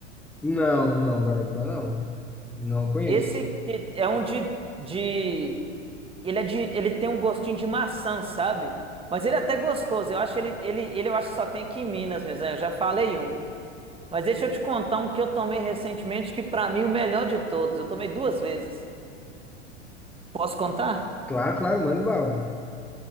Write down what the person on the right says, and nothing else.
Esse que é um de, de. Ele é de. Ele tem um gostinho de maçã, sabe? Mas ele é até gostoso. Eu acho ele, ele, ele eu acho que só tem aqui em Minas mesmo. né? Eu já falei um. Mas deixa eu te contar um que eu tomei recentemente, que pra mim é o melhor de todos. Eu tomei duas vezes. Posso contar?